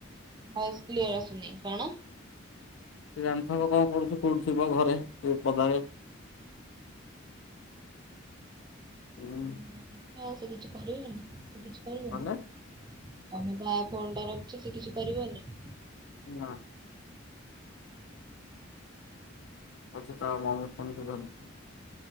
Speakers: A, on the right; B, on the left.
A: ଭଏସ୍ କ୍ଲିୟର ଆସୁନି କଣ?
B: ସେ ଜାଣିଥିବ କଣ କରୁଛି କୋଉଠି ଥିବ ଘରେ ସେ ପଦାରେ। ଉଁ,
A: ଆଉ ସେ କିଛି କରିବେନି ସେ କିଛି କରିବେନି।
B: ଗଲେ
A: ତମେ ବା ଫୋନ୍ ଟା ରଖିଛ ସେ କିଛି କରିବନି।
B: ନା। ଆଛି ତା ମନ <unintelligible>